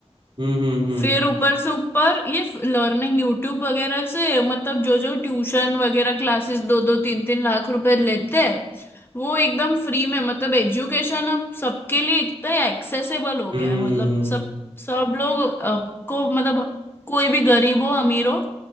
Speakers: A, on the right; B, on the left.
A: हम्म हम्म हम्म
B: फिर ऊपर से ऊपर ये लर्निंग यूट्यूब वगैरह से मतलब जो जो ट्यूशन वगैरह क्लासेस दो दो तीन तीन लाख रुपए लेते हैं वो एकदम फ्री में मतलब एजुकेशन अब सबके लिए इतना एक्सेसिबल हो
A: हम्म
B: गया है मतलब सब सब लोग अब को मतलब कोई भी गरीब हो अमीर हो